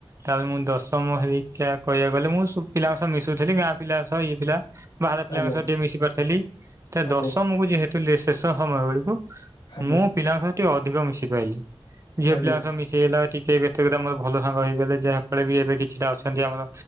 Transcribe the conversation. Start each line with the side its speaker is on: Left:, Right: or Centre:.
Right: ତାପ ମୁଁ ଦଶମ ହେରିକା କହିବାକୁ ଗଲେ, ମୁଁ ସବୁ ପିଲାଙ୍କ ସହ ମିଶୁଥିଲି, ଗାଁ ପିଲାଙ୍କ ସହ, ଇଏ ପିଲା ବାହାର ପିଲାଙ୍କ
Left: ଆଜ୍ଞା
Right: ସହି ଟିକେ ମିଶି ପାରିଥିଲି, ତ
Left: ଆଜ୍ଞା
Right: ଦଶମକୁ ଯେହେତୁ ଶେଷ ସମୟ ବେଳକୁ
Left: ଆଜ୍ଞା
Right: ମୁଁ ପିଲାଙ୍କ ସ ଟିକେ ଅଧିକ ମିଶି ପାରଲି, ଝିଅ
Left: ଆଜ୍ଞା
Right: ପିଲାଙ୍କ ସହ ମିଶିହେଲା କି କେତେକଟ ମୋର ଭଲ ସାଙ୍ଗ ହେଇଗଲେ, ଯାହାଫଳରେ ବି ଏବେ କିଛିଟା ଅଛନ୍ତି ଆମର